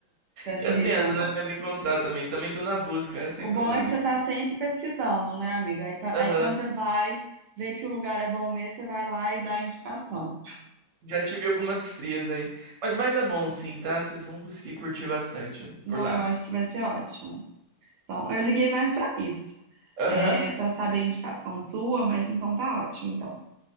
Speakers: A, on the right; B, on the right.
A: pra essa
B: Eu
A: região.
B: tento,
A: Já,
B: né? Tento encontrar também. Também tô na busca. É sempre
A: O bom
B: uma.
A: é que você tá sempre pesquisando, né, amiga? Aí, qua-
B: Aham.
A: aí quando você vai ver que o lugar é bom mesmo, você vai lá e dá a indicação.
B: Já tive algumas frias aí. Mas vai dar bom sim, tá? Vocês vão conseguir curtir bastante
A: Não,
B: por lá.
A: eu acho que vai ser ótimo. Então, eu liguei mais pra isso,
B: Aham.
A: é, para saber a indicação sua, mas então tá ótimo, então.